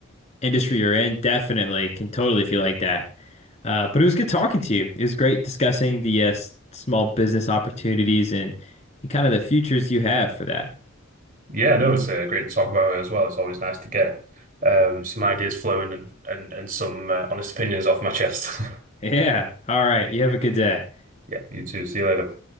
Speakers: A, on the left; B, on the right.
A: industry you're in, definitely can totally feel like that. Uh, but it was good talking to you. It was great discussing the uh, s- small business opportunities and, and kind of the futures you have for that.
B: Yeah, no, it's uh, great to talk about it as well. It's always nice to get um, some ideas flowing and and and some uh, honest opinions off my chest. <laughs>
A: Yeah. All right. You have a good day.
B: Yeah, you too. See you later.